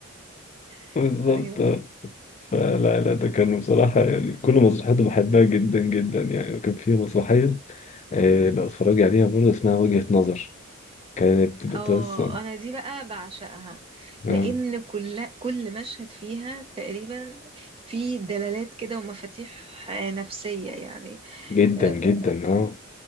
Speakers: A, on the right (about 30°); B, on the left (about 35°).
A: <laughs>
B: بالظبط
A: ايوه
B: آه. فلا لا ده كانوا بصراحة يعني كل مسرحياته بحبها جدا جدا يعني وكان في مسرحية آه، بقى اتفرج عليها برضه اسمها وجهة نظر كانت بتوصل
A: اه انا دي بقى بعشقها
B: آه،
A: لان كل كل مشهد فيها تقريبا في دلالات كده ومفاتيح آه، نفسية يعني
B: جدا
A: آه،
B: جدا اه